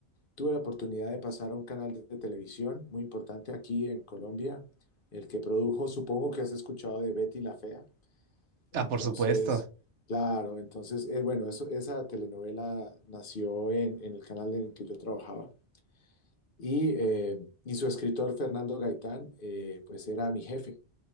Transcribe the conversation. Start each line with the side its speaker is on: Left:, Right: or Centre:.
Left: tuve la oportunidad de pasar a un canal de, de televisión muy importante aquí en Colombia, el que produjo, supongo que has escuchado de Betty la Fea.
Right: Ah,
Left: Entonces,
Right: por supuesto.
Left: claro, entonces, eh, bueno, eso, esa telenovela nació en en el canal en el que yo trabajaba y, eh, y su escritor Fernando Gaitán, eh, pues era mi jefe.